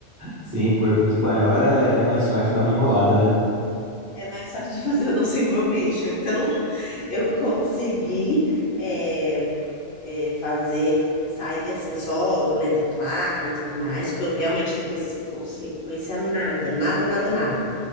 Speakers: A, on the right; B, on the left.
A: Sim, por, o espanhol é, é mais fácil dar uma enrolada, né?
B: É mais fácil de fazer o nosso embromation. Então, <laughs> eu consegui é, é, fazer, sair assim, só lendo placa e tudo mais, porque eu realmente não conheci- conheci- conhecia nada, nada, nada, nada.